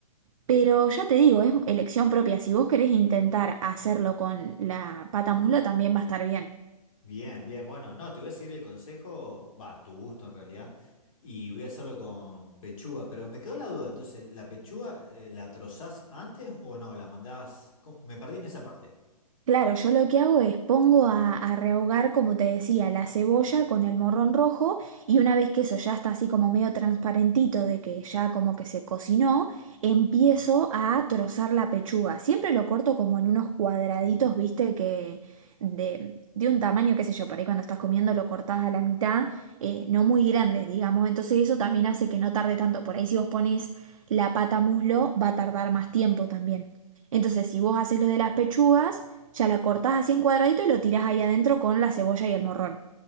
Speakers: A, on the right; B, on the left.
A: Pero ya te digo, es elección propia. Si vos querés intentar hacerlo con la pata muslo, también va a estar bien.
B: Bien, bien, bueno, no, te voy a seguir el consejo, va, a tu gusto en realidad, y voy a hacerlo con pechuga, pero me quedó la duda, entonces, ¿la pechuga eh, la trozás antes o no? ¿La mandás? ¿Cómo? Me perdí en esa parte.
A: Claro, yo lo que hago es pongo a, a rehogar, como te decía, la cebolla con el morrón rojo y una vez que eso ya está así como medio transparentito de que ya como que se cocinó, empiezo a trozar la pechuga. Siempre lo corto como en unos cuadraditos, viste, que de, de un tamaño, qué sé yo, por ahí cuando estás comiendo lo cortás a la mitad, eh, no muy grandes, digamos. Entonces eso también hace que no tarde tanto. Por ahí si vos pones la pata muslo, va a tardar más tiempo también. Entonces si vos haces lo de las pechugas... Ya la cortás así en cuadradito y lo tirás ahí adentro con la cebolla y el morrón.